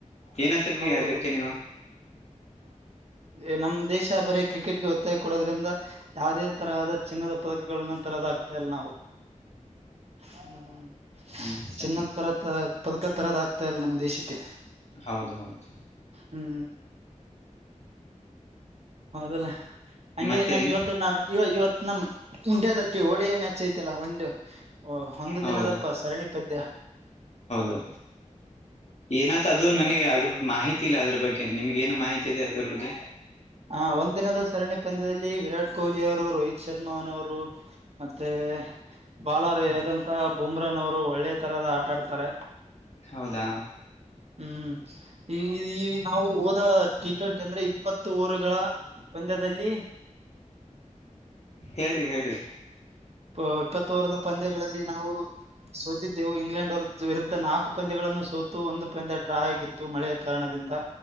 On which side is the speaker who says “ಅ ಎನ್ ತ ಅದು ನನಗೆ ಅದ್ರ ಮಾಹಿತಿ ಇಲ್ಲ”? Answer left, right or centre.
Left